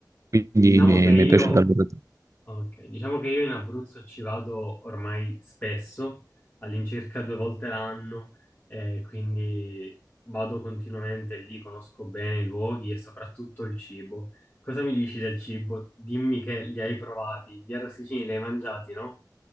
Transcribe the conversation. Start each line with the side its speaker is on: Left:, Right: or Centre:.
Right: quindi
Left: Diciamo
Right: mi è,
Left: che io
Right: mi è piaciuto davvero tanto.
Left: Ok, diciamo che io in Abruzzo ci vado ormai spesso, all'incirca due volte l'anno, eh, quindi vado continuamente lì, conosco bene i luoghi e soprattutto il cibo. Cosa mi dici del cibo? Dimmi che li hai provati, gli arrosticini li hai mangiati, no?